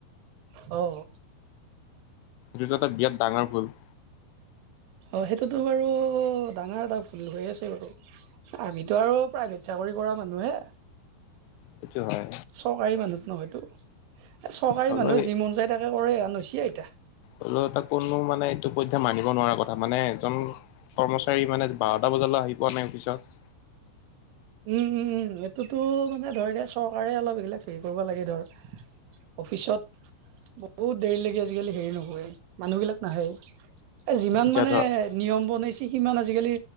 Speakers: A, on the right (about 80°); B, on the left (about 85°).
A: অঁ!
B: জোজট বিৰাট ডাঙৰ ভুল।
A: অঁ সেইটোতো বাৰু ডাঙৰ এটা ভুল হৈ আছে বাৰু আমিতো আৰু প্ৰাইভেট চাকৰি কৰা মানুহে।
B: সেইটো হয়।
A: চৰকাৰী মানুহত নহয়তো এই চৰকাৰী
B: হ'লেও
A: মানুহৰ যি মন যায় তাকে কৰে এ ন চি আইতা
B: হলেও তাক কোনো মানে এইটো পধ্যায় মানিব নোৱাৰা কথা মানে এজন কৰ্মচাৰী মানে বাৰটা বজালৈ আহি পোৱা নাই অফিচত
A: উমঁ উমঁ উমঁ এইটোতো মানে ধৰি এ চৰকাৰে অলপ এইগিলাক হেৰি কৰিব লাগে ধৰ অফিচত বহুত দেৰি লাগি আছে আজিকালি হেৰি নহয় মানুহ বিলাক নাহে এ যিমান
B: এতিয়া
A: মানে
B: ধৰ
A: নিয়ম বনাইছে কিমান আজিকালি